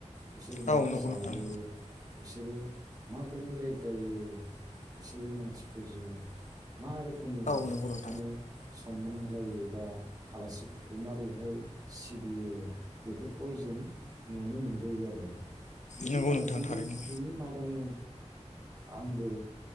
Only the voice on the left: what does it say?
औ
नंगौ
नोंथां
औ हरा
नंगौ नोंथां
थारैनो